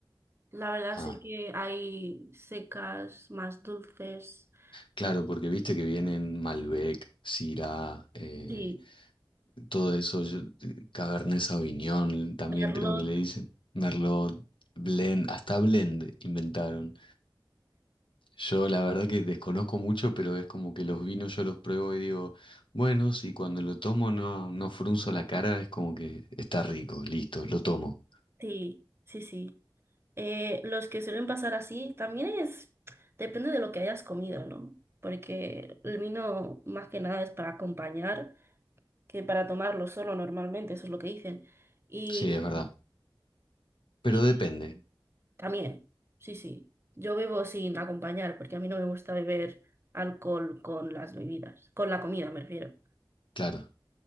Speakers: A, on the right; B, on the left.
A: La verdad
B: Ah,
A: sé que hay secas, más dulces.
B: claro,
A: eh,
B: porque viste que vienen Malbec, Syrah, eh,
A: sí,
B: todo eso, yo- Cabernet Sauvignon, también
A: merlot.
B: creo que le dicen. Merlot, Blend, hasta Blend inventaron. Yo la verdad que desconozco mucho, pero es como que los vinos yo los pruebo y digo, bueno, si cuando lo tomo no, no frunzo la cara, es como que está rico, listo, lo tomo.
A: Sí, sí, sí. Eh, los que suelen pasar así también es, depende de lo que hayas comido, ¿no? Porque el vino más que nada es para acompañar que para tomarlo solo normalmente, eso es lo que dicen. Y,
B: Sí, es verdad. Pero
A: y
B: depende,
A: también, sí, sí. Yo bebo sin acompañar porque a mí no me gusta beber alcohol con las bebidas, con la comida me refiero.
B: claro.